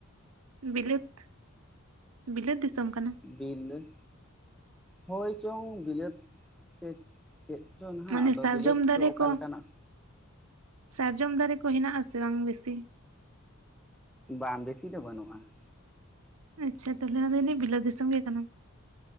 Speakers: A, on the right; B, in the centre.
A: ᱵᱤᱞᱟᱹᱛ, ᱵᱤᱞᱟᱹᱛ ᱫᱤᱥᱚᱢ ᱠᱟᱱᱟ
B: ᱵᱤᱞᱟᱹᱛ ᱦᱚᱭᱪᱚᱝ ᱵᱤᱞᱟᱹᱫ ᱥᱮ ᱪᱮᱫ ᱪᱚ ᱱᱟᱦᱟᱜ
A: ᱢᱟᱱᱮ
B: ᱟᱫᱚ
A: ᱥᱟᱨᱡᱚᱢ
B: ᱵᱤᱞᱟᱹᱛ
A: ᱫᱟᱨᱮ
B: ᱪᱚ ᱚᱠᱟ
A: ᱠᱚ
B: ᱞᱮᱠᱟᱱᱟᱜ
A: ᱥᱟᱨᱡᱚᱢ ᱫᱟᱨᱮ ᱠᱚ ᱦᱮᱱᱟᱜ ᱟᱥᱮ ᱵᱟᱝ ᱵᱮᱥᱤ?
B: ᱵᱟᱝ ᱵᱮᱥᱤ ᱫᱚ ᱵᱟᱹᱱᱩᱜᱼᱟ ᱾
A: ᱟᱪᱪᱷᱟ ᱛᱟᱦᱚᱞᱮ ᱚᱱᱟ <unintelligible> ᱵᱤᱞᱟᱹᱫ ᱫᱤᱥᱚᱢ ᱜᱮ ᱠᱟᱱᱟ